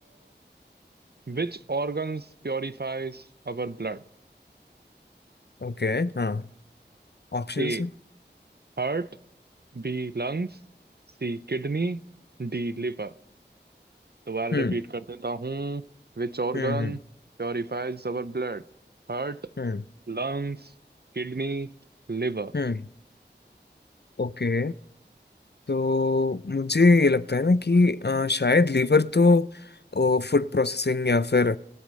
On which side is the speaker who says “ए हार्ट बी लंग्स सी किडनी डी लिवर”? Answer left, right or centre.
Right